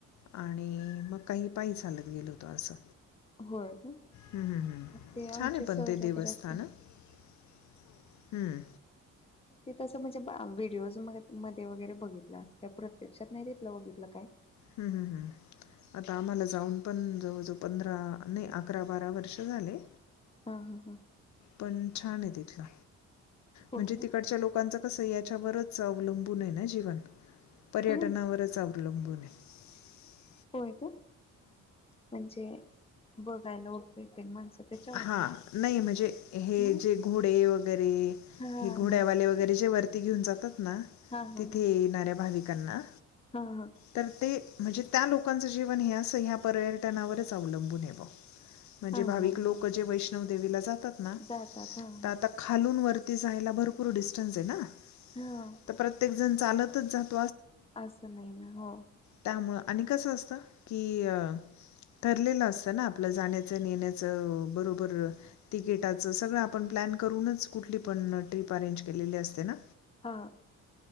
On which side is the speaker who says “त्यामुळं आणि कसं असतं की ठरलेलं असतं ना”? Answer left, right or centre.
Left